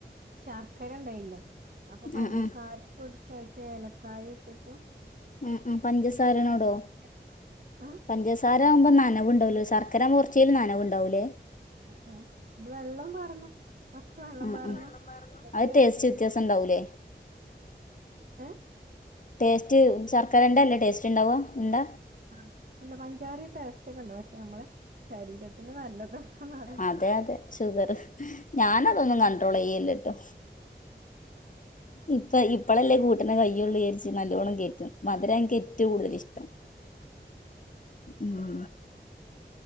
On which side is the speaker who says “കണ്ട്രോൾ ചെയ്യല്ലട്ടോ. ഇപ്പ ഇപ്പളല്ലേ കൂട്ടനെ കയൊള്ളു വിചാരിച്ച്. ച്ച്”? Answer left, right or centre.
Left